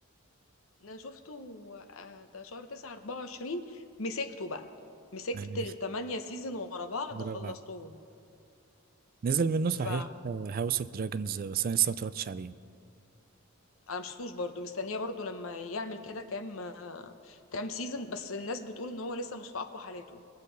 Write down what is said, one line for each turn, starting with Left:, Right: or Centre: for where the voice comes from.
Left: انا شفته آه، ده شهر 9 24 مسكته بقى مسكت
Right: يعني
Left: التمانية سيزون ورا بعض خلصتهم
Right: رابعة نزل منه صحيح
Left: ف
Right: هاوس اوف دراجونز بس انا لسه ما اتفرجتش عليه
Left: انا مش شفتوش برضو مستنيه برضو لما يعمل كده كام آه، كام سيزون بس الناس بتقول ان هو لسه مش في اقوى حالاته